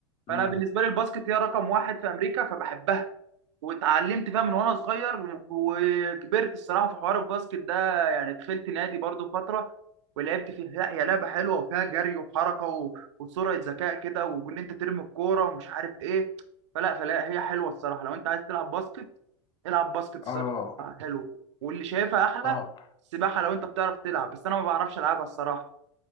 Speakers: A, on the left; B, on the right.
A: امم
B: فأنا بالنسبة لي الباسكت هي رقم واحد في أمريكا فبحبها واتعلمت فيها من وانا صغير و- وكبرت الصراحه في حوار الباسكت ده يعني دخلت نادي برضو فتره ولعبت فيها لا هي لعبه حلوه وفيها جري وحركه و- وسرعه ذكاء كده وان انت ترمي الكوره ومش عارف ايه فلا فلا هي حلوه الصراحه لو انت عايز تلعب باسكت العب باسكت الصراحه
A: اه
B: حلو واللي شايفها احلى
A: اه
B: السباحه لو انت بتعرف تلعب بس انا ما بعرفش العبها الصراحه